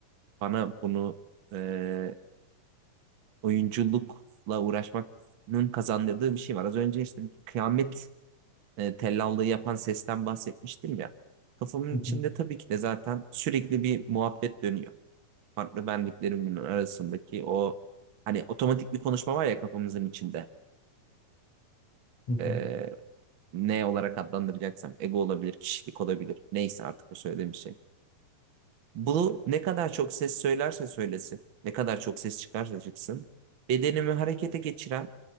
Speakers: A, on the right; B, on the left.
A: bana bunu e, oyunculukla uğraşmanın kazandırdığı bir şey var. Az önce işte kıyamet e, tellallığı yapan sesten bahsetmiştim ya. Kafamın
B: hı.
A: içinde tabii ki de zaten sürekli bir muhabbet dönüyor. Farklı benliklerimin arasındaki o hani otomatik bir konuşma var ya kafamızın içinde.
B: Hı hı.
A: E, ne olarak adlandıracaksam ego olabilir, kişilik olabilir. Neyse artık o söylediğim şey. Bu ne kadar çok ses söylerse söylesin, ne kadar çok ses çıkarsa çıksın, bedenimi harekete geçiren